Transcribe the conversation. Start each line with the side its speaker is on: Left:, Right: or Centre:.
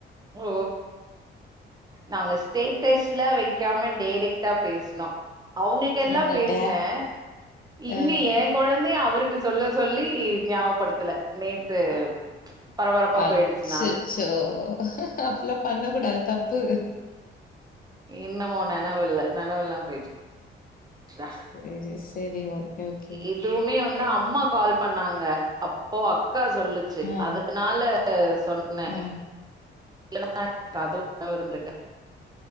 Right: ஓ நாங்க ஸ்டேட்டஸ்ல வக் காம டேரெக்ட்டா பேசனோம் அவுங்களுக் கெல்லா
Left: உங்க
Right: பேசினேன்
Left: டே
Right: இங்க
Left: அஹ்,
Right: ஏ கொழந் தைய அவுருக்கு சொல்ல சொல்லி ஞாபப்படுத்தல நேத்து
Left: அ
Right: பரபரப்பா
Left: அச்சச்சோ
Right: போயிடுச்சு நாளு
Left: அப்டில்லாம் பண்ண கூடாது தப்பு
Right: இன்னமு நினவு இல்ல நெனவுலாம் போயிடுச் தா
Left: செரி செரி ஓகே ஓகே
Right: இதுவுமே வந் நா அம்மா கால் பண்ணாங்க அப்போ அக் கா சொல்லுச்சு
Left: ஆ
Right: அதுனால சொன்னே
Left: ஆ
Right: இல்லனா எனக்கு அதுவு நெனவு இருந்திருக்காது